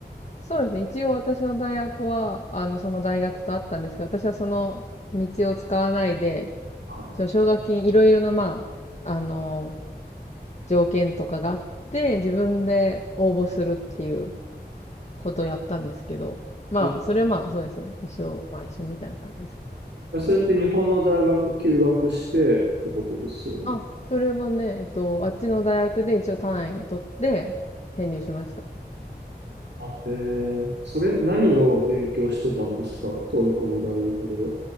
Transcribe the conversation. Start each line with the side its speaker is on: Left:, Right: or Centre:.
Left: そうですね。一応私の大学は、あの、その大学とあったんですけど、私はその道を使わないで、
Right: は
Left: その奨学金いろいろな、まあ、あの、条件とかがあって、自分で応募するっていうことをやったんですけど、まあ、
Right: い。えー
Left: それはまあ、そうですね。一緒、まあ一緒みたいな感じです。
Right: それって日本の大学休学してってことですよね。
Left: あ、それはね、えっと、あっちの大学で一応単位取って編入しました。
Right: あ、えー、それ何を勉強してたんですかトルコの大学では。